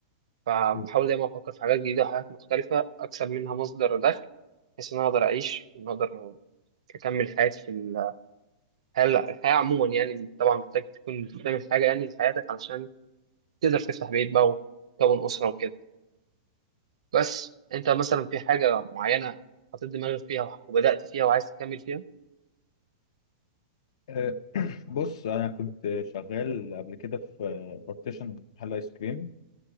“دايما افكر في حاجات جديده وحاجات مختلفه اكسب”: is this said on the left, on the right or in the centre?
Right